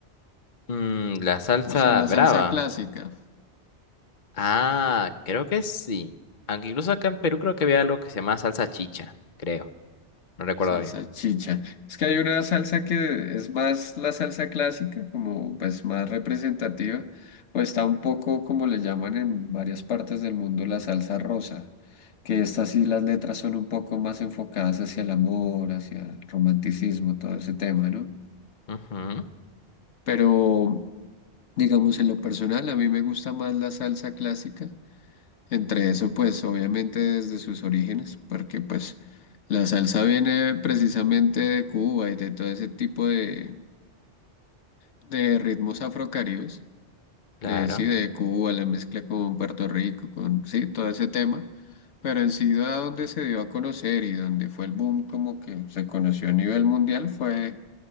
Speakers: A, on the left; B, on the left.
A: Mm, la salsa
B: o sea, la
A: brava.
B: salsa clásica,
A: Ah, creo que sí. Aunque incluso acá en Perú creo que había algo que se llama salsa chicha, creo. No recuerdo
B: salsa
A: bien.
B: chicha. Es que hay una salsa que es más la salsa clásica, como pues más representativa, o está un poco como le llaman en varias partes del mundo la salsa rosa, que estas sí las letras son un poco más enfocadas hacia el amor, hacia el romanticismo, todo ese tema, ¿no?
A: Ujú,
B: Pero, digamos, en lo personal, a mí me gusta más la salsa clásica. Entre eso, pues, obviamente desde sus orígenes, porque, pues, la salsa viene precisamente de Cuba y de todo ese tipo de, de ritmos afrocaribes.
A: claro.
B: De, sí, de Cuba, la mezcla con Puerto Rico, con, sí, todo ese tema. Pero en sí, a donde se dio a conocer y donde fue el boom, como que se conoció a nivel mundial, fue